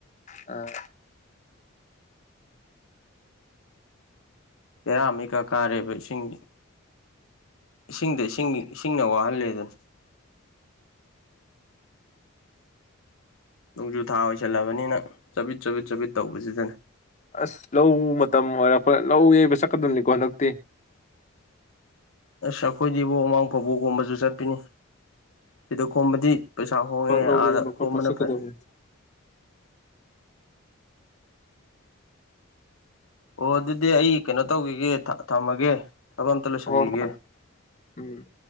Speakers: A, on the left; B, on the left.
A: ꯑ
B: ꯄꯦꯔꯥ ꯃꯤꯀꯥ ꯀꯥꯔꯦꯕ ꯏꯁꯤꯡ ꯏꯁꯤꯡꯗ ꯏꯁꯤꯡ ꯏꯁꯤꯡꯅ ꯋꯥꯍꯜꯂꯦ ꯑꯗꯨꯅ ꯅꯣꯡꯖꯨ ꯊꯥ ꯑꯣꯏꯁꯜꯂꯕꯅꯤꯅ ꯆꯕꯤꯠ ꯆꯕꯤꯠ ꯆꯥꯄꯤꯠ ꯇꯧꯕꯁꯤꯗꯅꯦ
A: ꯑꯁ ꯂꯧ ꯃꯇꯝ ꯑꯣꯏꯔꯛꯄ ꯂꯧ ꯌꯩꯕ ꯆꯠꯀꯗꯕꯅꯤꯀꯣ ꯍꯟꯗꯛꯇꯤ
B: ꯑꯁ ꯑꯩꯈꯣꯏꯗꯤ ꯏꯕꯨ ꯃꯃꯥꯡ ꯐꯕꯣꯛꯒꯨꯝꯕꯁꯨ ꯆꯠꯄꯤꯅꯤ ꯁꯤꯗ ꯈꯣꯝꯕꯗꯤ ꯄꯩꯁꯥ ꯍꯣꯡꯉꯦ
A: ꯂꯧ
B: ꯑꯥꯗ
A: ꯌꯩꯕ
B: ꯈꯣꯝꯕꯅ
A: ꯈꯣꯠꯄ ꯆꯠꯀꯗꯕꯅꯤ
B: ꯐꯩ ꯑꯣ ꯑꯗꯨꯗꯤ ꯑꯩ ꯀꯩꯅꯣ ꯇꯧꯈꯤꯒꯦ ꯊꯝꯃꯒꯦ ꯊꯕꯛ ꯑꯝꯇ ꯂꯣꯏꯁꯟꯈꯤꯒꯦ
A: ꯍꯣꯏ ꯍꯣꯏ ꯎꯝ